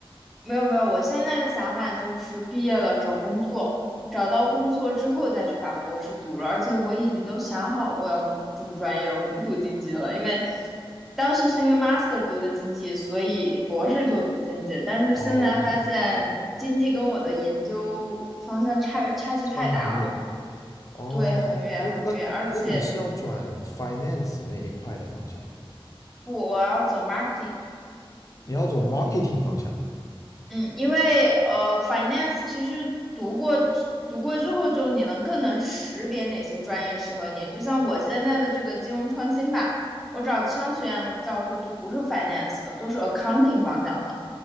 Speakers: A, in the centre; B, on the left.
A: 没有没有，我现在的想法就是毕业了找工作，找到工作之后再去把博士读了。而且我已经都想好我要读什么专业了，我不读经济了，因为当时是因为 master 读的经济，所以博士就读经济。但是现在发现经济跟我的研究方向差差距太大了，
B: 哦，你是差的很远。哦，
A: 对，很远很远。
B: 那那那你是要转
A: 而且
B: finance 那一块的方向吧？
A: 不，我要走 marketing，
B: 你要走 marketing 方向？
A: 嗯，因为呃，finance 其实读过之读过之后，就你能更能识别哪些专业适合你。就像我现在的这个金融创新吧，我找商学院的教授都不是 finance 的，都是 accounting 方向的